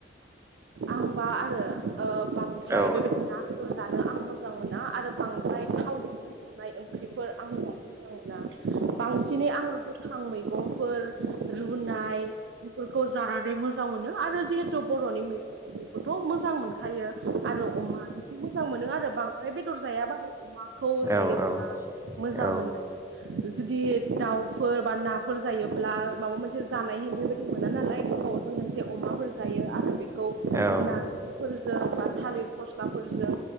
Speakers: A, on the right (about 70°); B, on the right (about 15°).
A: आंबा आरो ओ बांद्राय
B: औ
A: बेबायदि ना बेदर जानो आं मोजां मोना आरो बांद्राय थावजोंनो संनाय ओंख्रिफोर आंङो जानो मोजां मोना बांसिनै आङो गोथां मैगंफोर रुनाय बेफोरखौ जानानै मोजां मोनो आरो जिहेतु बर'नि मैगंफोरखौथ' मोजां मोनखायो आरो अमा मोजां मोनो आरो बांद्राय बेदर जायाबाबो अमाखौ
B: औ
A: जायोब्ला
B: औ औ
A: मोजां
B: औ
A: मोनो जुदि दाउफोर बा नाफोर जायोब्ला माबा मोनसे जानाय बेबायदि मोना नालाय गोबावजों मोनसे अमाफोर जायो आरो बेखौ
B: औ
A: नारजिफोरजों बा थालिर फस्लाफोरजों